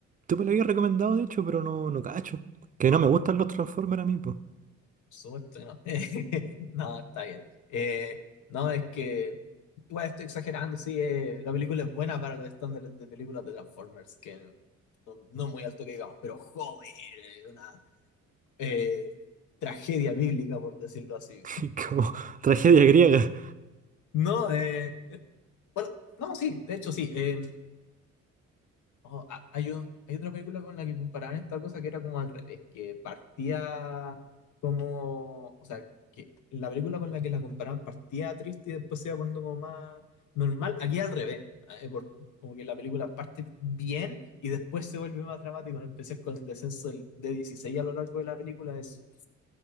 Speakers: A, on the right (about 30°); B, on the left (about 75°).
A: Tú me lo habías recomendado, de hecho, pero no, no cacho. Que no me gustan
B: por
A: los Transformers a mí, pues.
B: supuesto que no. <laughs> No, está bien. Eh, no, es que igual estoy exagerando, sí, eh, la película es buena para los estándares de películas de Transformers, que no, no es muy alto que digamos, pero joder, es una eh, tragedia bíblica, por decirlo así.
A: <laughs>
B: Como-
A: Como tragedia griega.
B: no, eh, bueno, no, sí, de hecho sí. eh, oh, ha- hay, o- hay otra película con la que comparaban esta cosa que era como al revés, que partía como, o sea, que la película con la que la comparaban partía triste y después se iba poniendo como más normal. Aquí al revés, eh, por- como que la película parte bien y después se vuelve más dramático. Empecé con el descenso del- de 16 a lo largo de la película, es